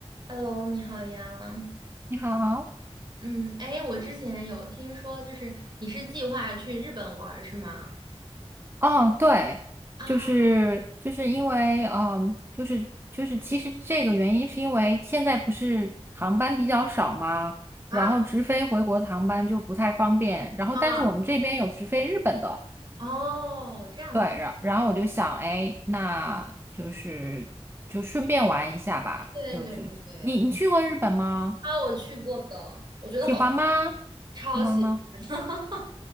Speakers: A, on the right; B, on the right.
A: Hello，你好呀。
B: 你好，
A: 嗯，哎，我之前有听说，就是你是计划去日本玩儿是吗？
B: 哦，对，
A: 啊
B: 就是就是因为，嗯，就是就是其实这个原因是因为现在不是航班比较少嘛，
A: 啊
B: 然后直飞回国的航班就不太方便，然后但是我们这边有直飞日本的，
A: 啊！哦，这样子，
B: 对，然然后我就想，哎，那就是就顺便玩一下吧，
A: 对对对对。
B: 就就你你去过日本吗？
A: 啊，我去过的，我觉得好，
B: 喜欢吗？
A: <laughs> 超喜欢。
B: 喜欢吗？
A: <laughs>